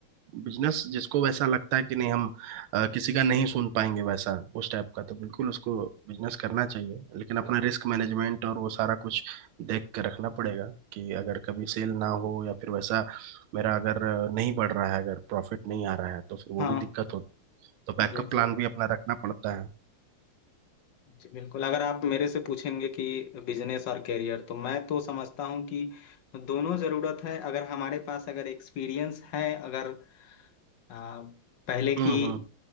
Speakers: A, on the right; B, on the left.
A: बिजनेस जिसको वैसा लगता है कि नहीं हम अ, किसी का नहीं सुन पाएंगे वैसा उस टाइप का तो बिल्कुल उसको बिजनेस करना चाहिए लेकिन अपना रिस्क मैनेजमेंट और वो सारा कुछ देख के रखना पड़ेगा कि अगर कभी सेल ना हो या फिर वैसा मेरा अगर अ, नहीं बढ़ रहा है अगर प्रॉफिट नहीं आ रहा है तो फिर वो
B: हाँ
A: भी दिक्कत होती है तो बैकअप
B: जी
A: प्लान
B: जी
A: भी अपना रखना पड़ता है
B: जी बिल्कुल अगर आप मेरे से पूछेंगे कि बिजनेस और करियर तो मैं तो समझता हूँ कि दोनों ज़रूरत है अगर हमारे पास अगर एक्सपीरियंस है अगर आ, पहले की
A: हम्म हम्म